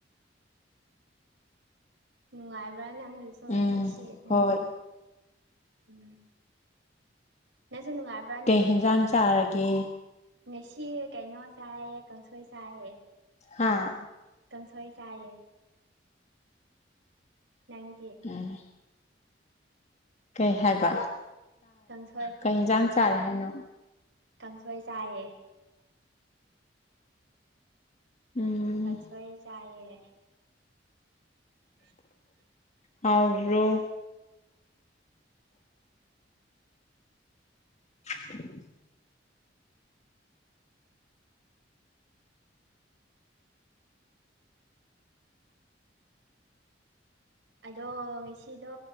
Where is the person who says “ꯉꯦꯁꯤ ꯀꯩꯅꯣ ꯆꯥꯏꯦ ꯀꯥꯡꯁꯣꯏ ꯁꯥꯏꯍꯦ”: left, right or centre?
Right